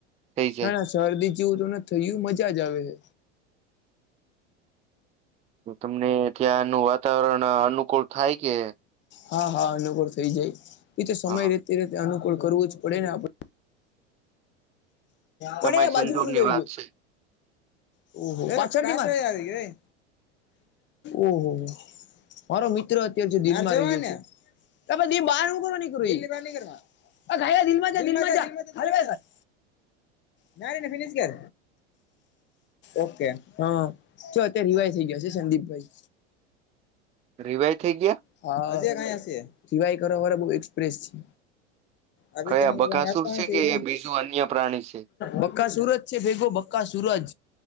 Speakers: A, on the right (about 20°); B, on the left (about 35°).
A: થઈ જાય.
B: ના ના શરદી જેવું તોને થયું મજા જ આવે છે.
A: તો તમને ત્યાંનું વાતાવરણ અનુકૂળ થાય કે
B: હા હા અનુકૂળ થઈ જાય બી તો સમય
A: હા
B: રેતે રતે અનુકૂળ કરવું જ પડે ને આપણે
A: સમય
B: પણ એ
A: સંજોગની
B: બાજુમાં આવી
A: વાત છે
B: ગયયો પાછળ આવી ગયો. ઓહોહ મારો મિત્ર અત્યારે દીભ ને <unintelligible> ના રને ફિનશગર ઓકે હ ચ અ રિવાય થઈ ગયો છે સંદીપભાઈ
A: રિવા થઈ ગયા.
B: હા સિવાય કર વાળ બ એક્સપ્રેસ છે. આપ
A: કયા
B: કે આપ
A: બકાસુર છે
B: છેને
A: કે એ બીજું અન્ય પ્રાણી છે
B: બકા સુરત <unintelligible> ભેગો બક્કા સૂરજ.